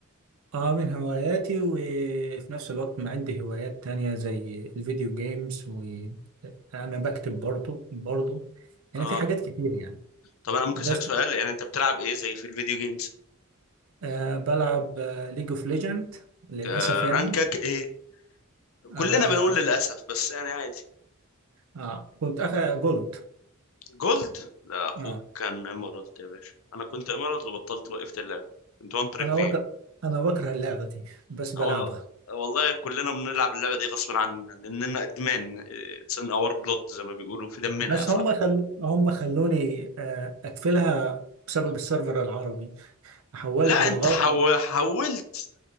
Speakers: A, on the right; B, on the left.
A: اه من هواياتي وفي نفس الوقت ما عندي هوايات تانية زي الفيديو جيمز وانا بكتب برضه برضه يعني
B: اه
A: في حاجات كتير يعني
B: طب انا ممكن
A: بس
B: اسالك سؤال يعني انت بتلعب ايه زي في الفيديو جيمز
A: آه بلعب ليج اوف ليجند للاسف
B: آه
A: يعني
B: رانكك ايه
A: انا
B: كلنا بنقول للاسف بس يعني عادي
A: آه كنت اخ جولد
B: جولد لا اخوك
A: اه
B: كان ايمرالد يا باشا انا كنت ايمرالد وبطلت وقفت اللعبه كنت وان تريك
A: انا
B: في
A: بكره انا بكره اللعبه دي بس بلعبها
B: هو والله كلنا بنلعب اللعبه دي غصب عننا لاننا ادمان اتس ان اور بلود زي ما بيقولوا في دمنا
A: بس
B: يا صاحبي
A: هم خل... هم خلوني آه، اقفلها بسبب السيرفر العربي حولت
B: لا
A: بالغلط
B: انت حو... حولت